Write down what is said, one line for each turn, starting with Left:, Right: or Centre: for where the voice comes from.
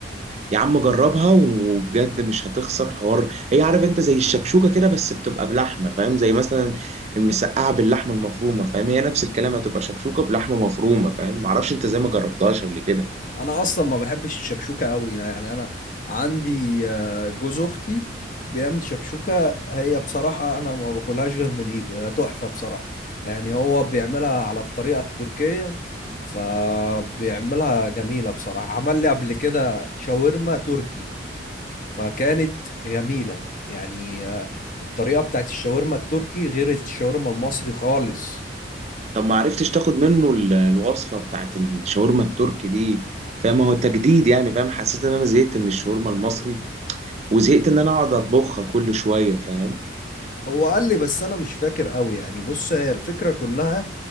Right: يا عم جربها وبجد مش هتخسر حوار هي عارف انت زي الشكشوكه كده بس بتبقى بلحمه فاهم زي مثلا المسقعه باللحمه المفرومه فاهم هي نفس الكلام هتبقى شكشوكه بلحمه مفرومه فاهم معرفش انت زي ما جربتهاش قبل كده
Left: انا اصلا ما بحبش الشكشوكه قوي يعني انا عندي آه، جوز اختي بيعمل شكشوكه هي بصراحه انا ما باكلهاش غير من ايده هي تحفه بصراحه يعني هو بيعملها على الطريقه التركيه فبيعملها جميله بصراحه عمل لي قبل كده شاورما تركي فكانت جميله يعني آه، الطريقه بتاعت الشاورما التركي غير الشاورما المصري خالص
Right: طب ما عرفتش تاخد منه ال- الوصفة بتاعت الشاورما التركي دي فاهم هو تجديد يعني فاهم حسيت ان انا زهقت من الشاورما المصري وزهقت ان انا اقعد اطبخها كل شوية فاهم
Left: هو قال لي بس انا مش فاكر قوي يعني بص هي الفكره كلها